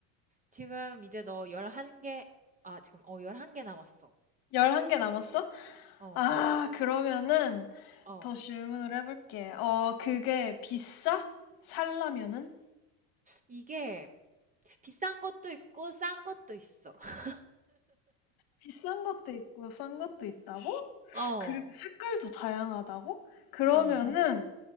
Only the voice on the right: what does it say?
지금 이제 너 11개, 아, 지금, 어, 11개 남았어.
어,
어.
이게 비싼 것도 있고, 싼 것도 있어. <laughs>
어,
어.